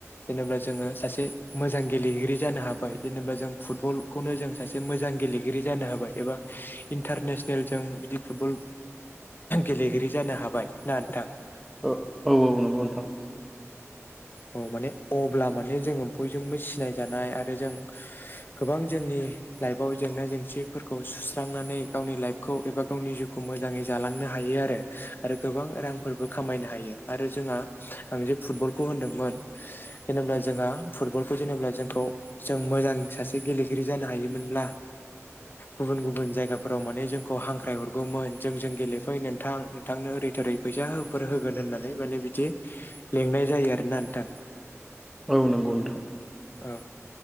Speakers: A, on the left; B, in the centre.
A: जेनेबा जोङो सासे मोजां गेलेगिरि जानो हाबाय जेनेबा जों फुटबलखौनो जों सासे मोजां गेलेगिरि जानो हाबाय एबा इन्टारनेस सनेलजों बिदि फुटबल गेलेगिरि जानो हाबाय ना नोंथां
B: औ औ नंगौ नोंथां
A: औ माने अब्ला माने जोङो बयजोंबो सिनायजानाय आरो जों गोबां जोंनि लाइफआव जेंना जेंसिफोरखौ सुस्रांनानै गावनि लाइफखौ एबा गावनि जिउखौ मोजाङै जालांनो हायो आरो आरो गोबां रांफोरबो खामायनो हायो आरो जोंहा फुटबलखौ होन्दोंमोन जेनेबा जोंहा फुटबलखौ जेनेब्ला जों थ्र जों मोजां सासे गेलेगिरि जानो हायोमोनब्ला गुबुन गुबुन जायगाफोराव माने जोंखौ हांख्राय हर गौमोन जोंजों गेलेफै नोंथां नोंथांनो ओरै थोरै फैसा होफोर होगोन होननानै माने बिदि लेंनाय जायो आरोना नोंथां
B: औ नंगौ नोंथां
A: औ